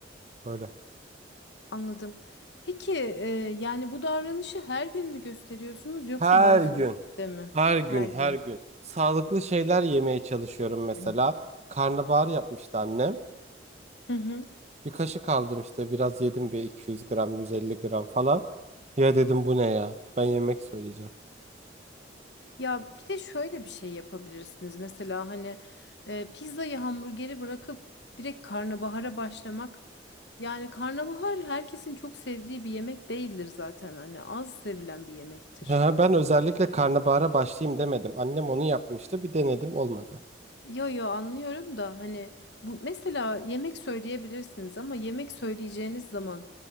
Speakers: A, on the right (about 35°); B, on the left (about 65°).
A: böyle.
B: Anladım. Peki e, yani bu davranışı her gün mü gösteriyorsunuz yoksa
A: Her
B: bazı
A: gün,
B: günlerde mi?
A: her gün,
B: Her
A: her
B: gün.
A: gün sağlıklı şeyler yemeye çalışıyorum mesela.
B: <laughs> Hı.
A: Karnabahar yapmıştı annem.
B: Hı hı.
A: Bir kaşık aldım işte biraz yedim bir 200 gram, 150 gram falan. Ya dedim bu ne ya? Ben yemek söyleyeceğim.
B: Ya bir de şöyle bir şey yapabilirsiniz. Mesela hani e, pizzayı hamburgeri bırakıp direkt karnabahara başlamak. Yani karnabahar herkesin çok sevdiği bir yemek değildir zaten. Hani az sevilen bir yemektir.
A: Ya ben özellikle karnabahara başlayayım demedim. Annem onu yapmıştı. Bir denedim olmadı.
B: Yo yo anlıyorum da hani bu mesela yemek söyleyebilirsiniz ama yemek söyleyeceğiniz zaman